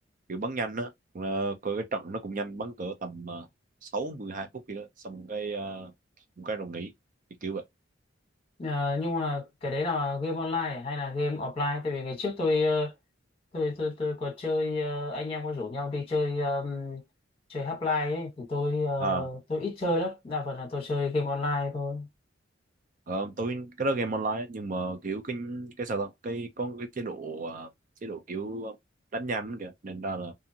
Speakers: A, on the right; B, on the left.
A: kiểu bắn nhanh á Ờ, coi cái trận nó cũng nhanh bắn cỡ tầm uh, sáu mười hai phút kìa đó xong cái ờ, một cái rồi nghỉ thì kiểu vậy
B: Ờ, nhưng mà cái đấy là game online à? hay là game offline? Tại vì ngày trước tôi ờ, tôi tôi tôi có chơi ờ, anh em có rủ nhau đi chơi um, chơi Half-Life ấy thì tôi ờ,
A: à
B: tôi ít chơi lắm, đa phần là tôi chơi game online thôi.
A: ờ, tôi cái đó game online á, nhưng mà kiểu cái cái sao ta cái có cái chế độ ờ, chế độ kiểu ờ, đánh nhanh kìa nên ra là